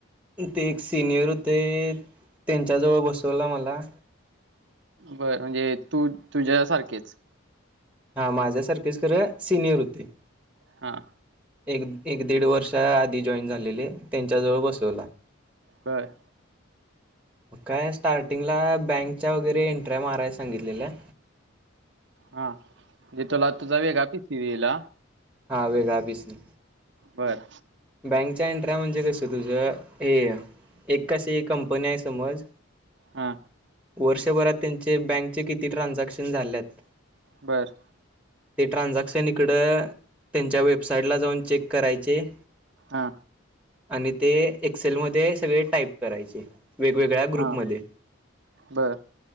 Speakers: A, in the centre; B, on the right.
A: ते एक सिनियर होते त्यांच्याजवळ बसवला मला
B: बरं म्हणजे तू तुझ्यासारखेच
A: हा माझ्यासारखेच खरं सिनियर होते.
B: हा
A: एक एक दीड वर्षा आधी जॉईन झालेले त्यांच्या जवळ बसवला
B: बरं.
A: काय स्टार्टिंगला बँकच्या वगैरे इंट्रया माराय सांगितलेल्या.
B: हा जे तुला तुझा वेगळा पीसी दिला.
A: हां वेगळा पीसी
B: बर.
A: बँकचा एंटर्या म्हणजे कस तुझं हे एक कशी कंपनी आहे समज
B: हा.
A: वर्षभरात त्यांचे बँकचे किती ट्रान्झॅक्शन झाल्यात
B: बर.
A: ते ट्रानझॅक्शन इकडं त्यांच्या वेबसाइटला जाऊन चेक करायचे
B: हा
A: आणि ते एक्सेलमध्ये सगळे टाईप करायचे. वेगवेगळ्या ग्रुपमध्ये.
B: हा बर